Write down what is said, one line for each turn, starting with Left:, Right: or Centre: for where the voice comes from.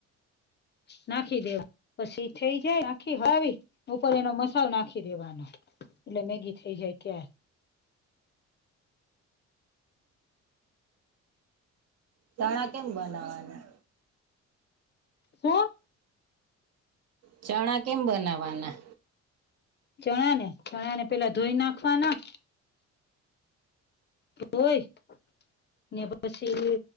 Left: નાખી દેવા. પછી થઇ જાય આખી હ આવી ઉપર એનો મસાલ નાખી દેવાનો. એટલે મેગી થઇ જાય ક્યાં.
Right: ચણા કેમ બનાવવાના.
Left: શુ.
Right: ચણા કેમ બનાવાના.
Left: ચણા ને ચણા ને પેલા ધોઈ નાખવા ના. હોય ને પછી